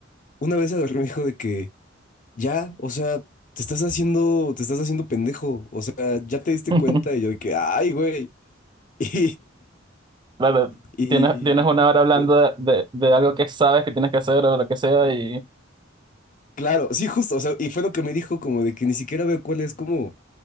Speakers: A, on the left; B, on the right.
A: una vez agarré y me dijo de que ya, o sea, te estás haciendo, te estás haciendo pendejo, o sea, ya te diste
B: <laughs>
A: cuenta y yo de que, ay, güey. <laughs>
B: Claro,
A: Y,
B: tienes, tienes una
A: y-
B: hora hablando
A: pero,
B: de, de- de algo que sabes que tienes que hacer o lo que sea y
A: claro, sí, justo, o sea, y fue lo que me dijo como de que ni siquiera veo cuál es como,